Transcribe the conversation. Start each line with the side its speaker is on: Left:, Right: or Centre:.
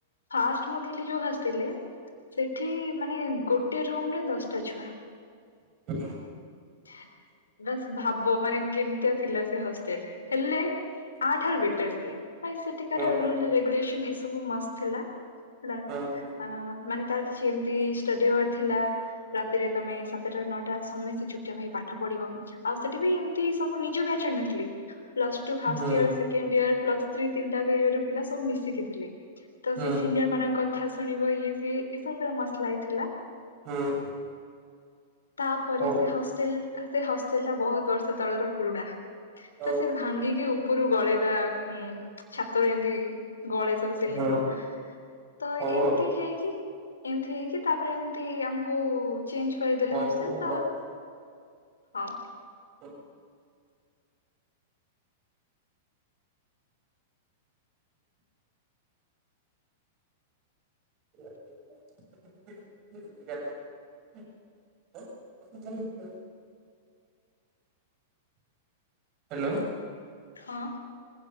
Left: ଫାଷ୍ଟ ମୁଁ ଥିଲି ଯୋଉ ହଷ୍ଟେଲ ରେ ସେଠି ମାନେ ଗୋଟେ ରୁମରେ ଦଶଟା ଛୁଆ।
Right: ଓହୋ
Left: <unintelligible> ଭାବ ମାନେ କେମିତିଆ ଥିଲା ସେ ହଷ୍ଟେଲ ହେଲେ ଆଠାରୁ ବେଟର ସିଏ। ଭାଇ ସେଠିକା
Right: ଓହୋ
Left: ର ରୁଲୁ ରେଗୁଲେଶନ ଏସବୁ ମସ୍ତ୍ ଥିଲା। ହେଲା।
Right: ଓହୋ
Left: ଅ ମାନେ ତାର କିଛି ଏମିତି ଷ୍ଟଡି ଆୱର ଥିଲା। ରାତିରେ ତମେ ସାତଟା ନଅଟା ସମୟ ଶିଯୁ ଜ ଭାଇ ପାଠ ପଢିବ ଆଉ ସେଠି ବି ଏମିତି ସବୁ ନିଜ ବ୍ୟାଚର ନଥିଲି ପ୍ଲସ ଟୁ ଫାଷ୍ଟ
Right: ହୁଁ
Left: ୟାର ସେ ସେକେଣ୍ଡ ୟାର ପ୍ଲସ୍ ଥ୍ରି ତିନି ଟା ଆଙ୍କ ୟାର ପିଲା ସବୁ ମିଶିକି ଥିଲେ ତ
Right: ହୁଁ।
Left: ସେଇ ସିନିୟର୍ ମାନଙ୍କ କଥା ଶୁଣିବ ଇଏ ସିଏ ଏସବୁ ପୁରା ମସ୍ତ ଲାଗିଥିଲା।
Right: ହୁଁ।
Left: ତାପରେ
Right: ହଉ
Left: ସେ ହଷ୍ଟେଲ ସେ ହଷ୍ଟେଲ ଟା ବହୁତ ବର୍ଷ ତଳର ପୁରୁଣା।
Right: ହଁ
Left: ତ ସେ ଭାଙ୍ଗିକି ଉପରୁ ଗଳେ ତା ଛାତରେ ଏତି। ଗଳେଇ ଦେବ ସିଲିଙ୍ଗ
Right: ହଉ
Left: ର ତ
Right: ଆଉ
Left: ଏମିତି ହେଇକି ଏମିତି ହେଇକି ତାପରେ ଏମିତି ଆମକୁ ଚେଞ୍ଜ କରିଦେଲେ
Right: ହଉ
Left: ହଷ୍ଟେଲ
Right: ହଉ
Left: ତ। ହଁ।
Right: ହଁ <unintelligible> ହୁଁ ହୁଁ <unintelligible> ହ୍ୟାଲୋ।
Left: ହଁ